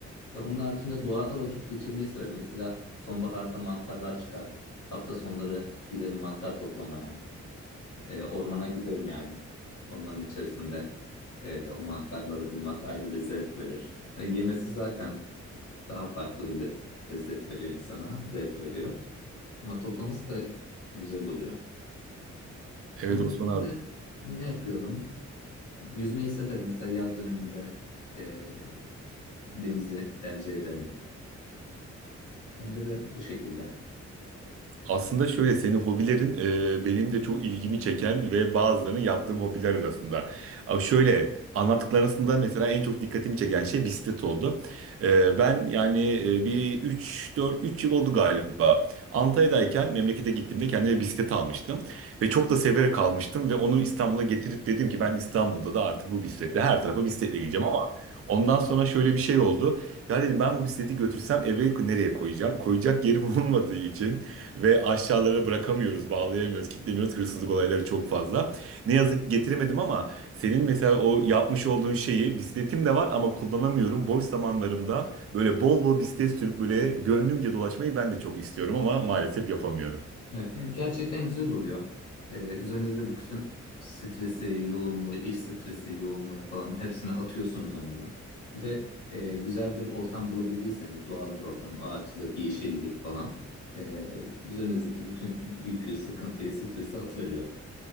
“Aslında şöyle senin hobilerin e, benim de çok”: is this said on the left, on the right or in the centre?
Right